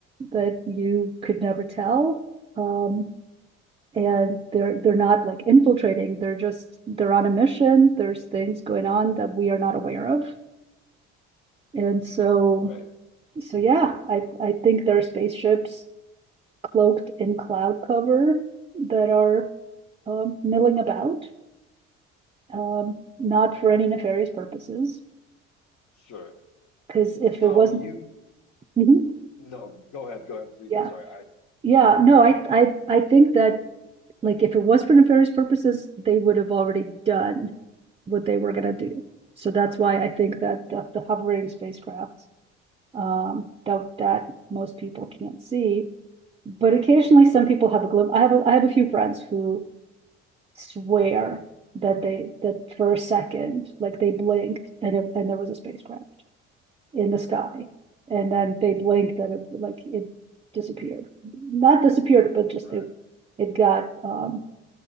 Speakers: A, on the right; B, on the left.
A: that you could never tell um, And they're they're not like infiltrating, they're just they're on a mission. There's things going on that we are not aware of. And so
B: Right.
A: so yeah, I I think there are spaceships cloaked in cloud cover that are um, milling about, um, not for any nefarious purposes.
B: Sure.
A: Because if
B: So
A: it wasn't,
B: you
A: Mhm.
B: no, go ahead, go ahead, please.
A: yeah,
B: I'm sorry. I
A: Yeah,
B: just
A: no, I, I, I think that, like, if it was for nefarious purposes, they would have already done what they were gonna do. So that's why I think that the, the hovering spacecraft, um, that, that most people can't see. But occasionally, some people have a glimpse. I have, a, I have a few friends who swear that they, that for a second, like they blinked and, it- and there was a spacecraft in the sky. And then they blinked and it like it disappeared. Not disappeared, but
B: right.
A: just it it got um,